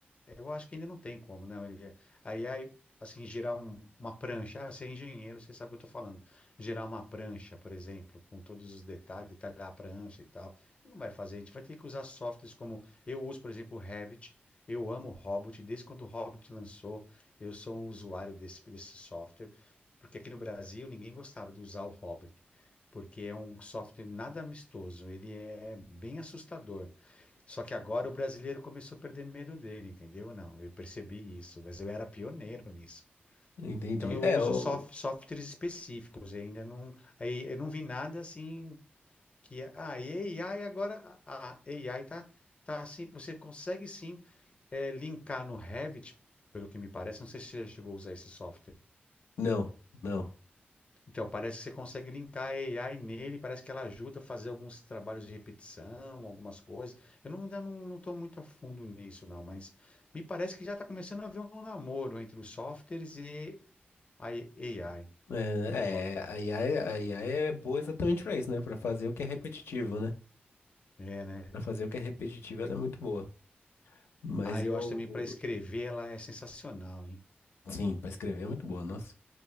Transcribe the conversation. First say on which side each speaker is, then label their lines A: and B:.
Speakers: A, on the left (about 30°); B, on the left (about 85°).
A: Eu acho que ainda não tem como, né? Ele, aí, aí, assim, gerar um- uma prancha. Ah, você é engenheiro, você sabe o que eu estou falando. Gerar uma prancha, por exemplo, com todos os detalhes, detalhar a prancha e tal. Não vai fazer. A gente vai ter que usar softwares como. Eu uso, por exemplo, o Revit. Eu amo o Hobbit. Desde quando o Hobbit lançou, eu sou um usuário desse, desse software. Porque aqui no Brasil, ninguém gostava de usar o Hobbit. Porque é um software nada amistoso. Ele é bem assustador. Só que agora o brasileiro começou a perder medo dele, entendeu? Não, eu percebi isso, mas eu era pioneiro nisso.
B: Entendi.
A: Então eu
B: É,
A: uso
B: o...
A: soft, softwares específicos, eu ainda não, aí eu não vi nada assim que é, ah, e AI agora, a AI tá tá assim, você consegue sim eh, linkar no Revit, pelo que me parece, não sei se você já chegou a usar esse software.
B: Não, não.
A: Então, parece que você consegue linkar a AI nele, parece que ela ajuda a fazer alguns trabalhos de repetição, algumas coisas. Eu não, ainda não estou muito a fundo nisso, não, mas me parece que já está começando a haver um namoro entre os softwares e a AI.
B: É,
A: Eu, ac-
B: é, a IA, a IA é boa exatamente pra isso, né? Pra fazer o que é repetitivo, né?
A: é, né?
B: Pra fazer o que é repetitivo, ela é muito boa. Mas
A: Ah, eu
B: eu...
A: acho também para escrever ela é sensacional, hein?
B: Sim, pra escrever é muito boa, nossa.